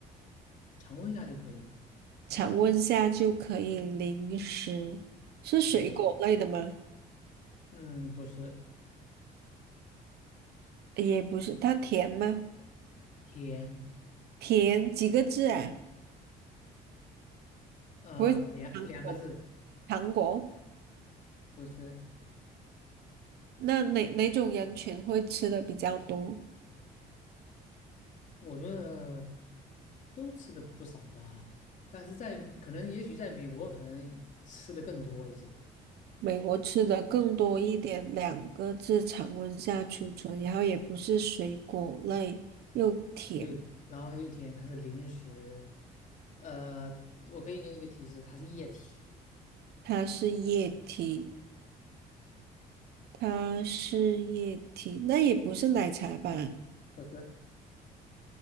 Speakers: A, on the left; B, on the right.
A: 常温下就可以，
B: 常温下就可以零食，是水果类的吗？
A: 嗯嗯，不是
B: 也不是，它甜吗？
A: 甜，
B: 甜几个字啊？
A: 呃，
B: 不会是糖果吧
A: 两两个字，
B: 糖果？
A: 不是，
B: 那哪哪种人群会吃的比较多？
A: 我觉得都吃的不少吧，但是在可能也许在美国可能吃的更多一些。
B: 美国吃的更多一点，两个字常温下储存，然后也不是水果类，又甜，
A: 对，然后又甜，它是零食，呃，我可以给你一个提示，它是液体，
B: 它是液体，它是液体，那也不是奶茶吧？
A: 不是，